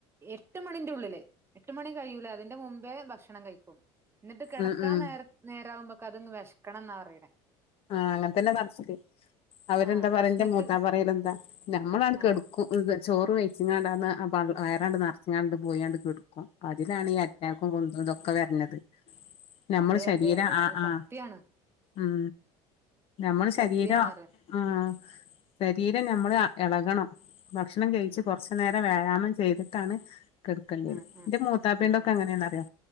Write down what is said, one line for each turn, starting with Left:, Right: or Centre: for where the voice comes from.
Right: എട്ട് മണിന്റെ ഉള്ളില് എട്ട് മണി കഴിയൂല മുമ്പേ ഭക്ഷണം കഴിക്കും എന്നിട്ട് കിടക്കാ
Left: ഉം ഉം
Right: നേുമ്പൊക്കെ ആകുമ്പോൾ ക്കണം എന്നാ അറിയണേ
Left: ആഹ് അങ്ങനെ തന്നെ കാണിച്ചിക്ക് അവരെന്താ
Right: ആഹ് വിശന്നിട്ട്
Left: പറയ എന്റെ മൂത്താ പറയല് എന്താ നമ്മളാണ് കെടക്കും
Right: ആഹ്
Left: ഇത് ചോറ് വഴച്ചിങ്ങാണ്ടാന്ന് വയറാണ്ട് നിറച്ചിങ്ങാണ്ട് പോയിണ്ട് കിടുക്കും ഇതിലാണ് ഈ അറ്റാക്കും
Right: കിടക്കും
Left: കൊണ്ടും ഇതൊക്കെ വരഞ്ഞത് നമ്മൾ
Right: അതെ
Left: ശരീരം
Right: അതെ അതെ
Left: ആ
Right: അത്
Left: ആ
Right: സത്യാണ്
Left: ഉം നമ്മൾ
Right: അതൊരു
Left: ശരീരം
Right: സത്യാണ് പറയ
Left: ആ ശരീരം
Right: ഉം
Left: നമ്മൾ ഇളകണം ഭക്ഷണം കഴിച്ച്
Right: ഉം
Left: കൊറച്ചു
Right: ഉം
Left: നേരം വ്യായാമം ചെയ്തിട്ടാണ് കെടുക്കണ്ടിന്ന്
Right: ആഹ് ആഹ്
Left: എന്റെ മൂത്താപ്പേൻന്റെ
Right: ആഹ്
Left: ഒക്കെ അങ്ങനെയാന്നറിയോ